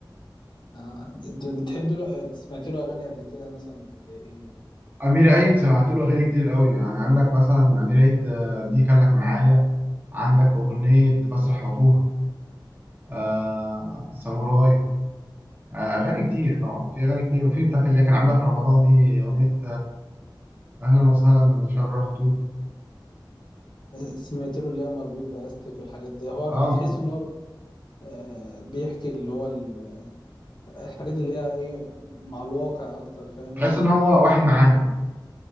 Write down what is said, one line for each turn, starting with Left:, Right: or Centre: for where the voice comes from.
Left: آه. انت بتحب له سمعت له اغاني قبل كده مثلا زي ايه
Right: أمير عيد سمعت له أغاني كتير قوي يعني عندك مثلا أمير عيد آه، دي كان لك معايا عندك أغنية بسرح وأتوه آه ساموراي آه أغاني كتير طبعا في أغاني كتير وفي بتاعت اللي كان عاملها في رمضان دي أغنية اهلا وسهلا شرفتوا
Left: سمعت له اللي هي مربوط باستك والحاجات دي هو
Right: اه
Left: بتحس ان هو آه، بيحكي اللي هو ال- الحاجات اللي هي ايه مع الواقع اكتر فاهم
Right: تحس
Left: انت
Right: ان هو واحد معانا